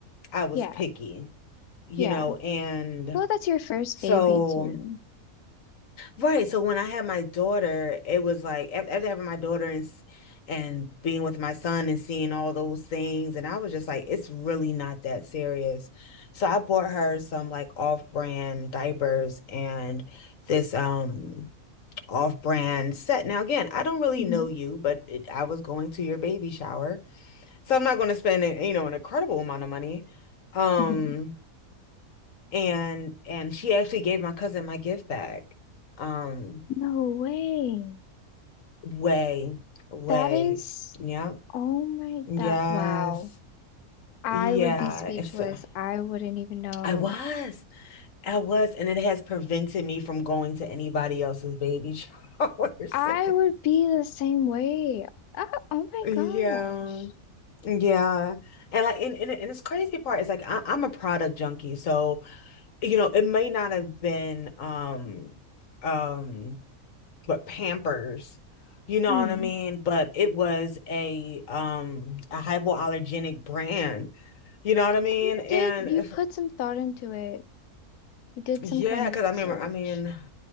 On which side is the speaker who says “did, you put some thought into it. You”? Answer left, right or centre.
Left